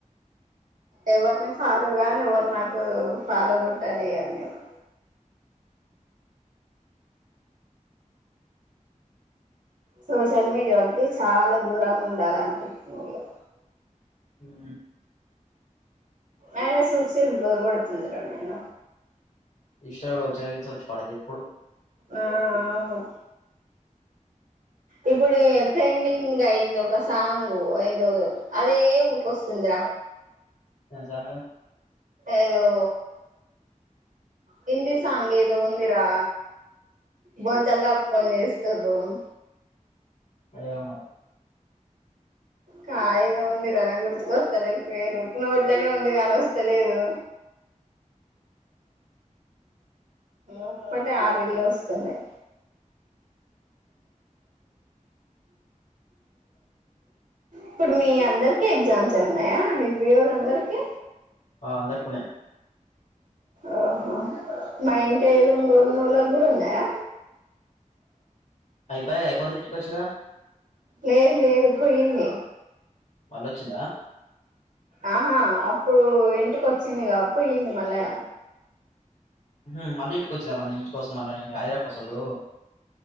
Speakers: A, on the right; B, on the left.
A: ఎవర్ని ఫాలో కాను ఎవర్ నాకు ఫాలో కొట్టనియ్యను నేను సోషల్ మీడియాకి చాలా దూరం ఉండాలనిపిచింది ఇగ.
B: మ్మ్
A: అయినా చూసి చూసి బోర్ కొడుతుంది ర నాయన.
B: ఇన్స్టాగ్రామ్ లో చిన్న రీల్స్ వచ్చి పాడేది ఎప్పుడు
A: ఆ అవును. ఇప్పుడు ట్రెండింగ్ అయింది ఒక సాంగ్ ఏదో అదే ఊకోస్తుంది ర.
B: నిజంగా
A: ఏదో.... హిందీ సాంగ్ ఏదో ఉందిరా బొంతల్ కప్పుకొని చేస్తారు రోమ్
B: ఏమో మరి
A: కాయద ఉంది రన గుర్తుక వస్తలే పేరు నోట్లోనే ఉంది కానీ వస్తలేదు అప్పటిే ఆరుళ్లు వస్తన్నాయి ఇప్పుడు మీ అందరికి ఎగ్జామ్స్ వచ్చే ఉన్నాయా డిగ్రీ వాళ్ళందరికీ
B: ఆ అందరుకున్నాయి
A: ఓహో మా ఇంటిరుంగొన్నోళకు కూడా ఉన్నాయా
B: అయిపోయా అయిపోతుంది ఇంటికిొచ్చగా
A: లేదు లేదు పోయింది
B: మళ్ళొచ్చిందా
A: ఆహా అప్పుడు ఇంటికి వచ్చిందిగా పోయ్యంది మళ్ళా
B: ఊహూ మళ్ళీ ఇంటికి వచ్చిందా మళ్ళీ ఇంటికోసం మళ్ళీ <unintelligible> హదరా కోసండు